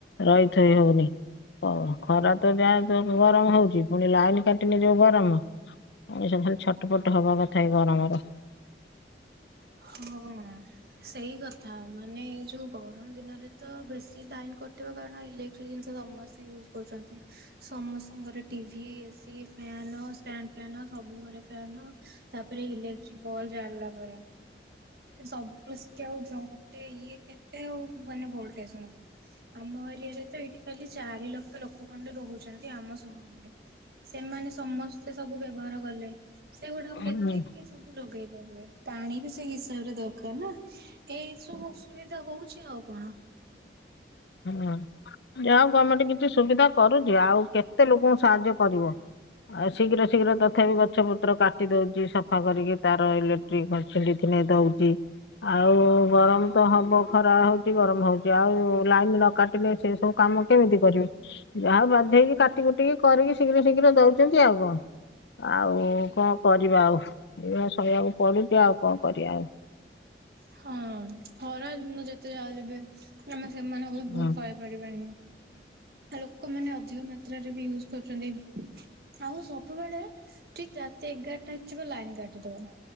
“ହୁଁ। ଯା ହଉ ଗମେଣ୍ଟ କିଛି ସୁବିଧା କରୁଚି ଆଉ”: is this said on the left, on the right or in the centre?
Left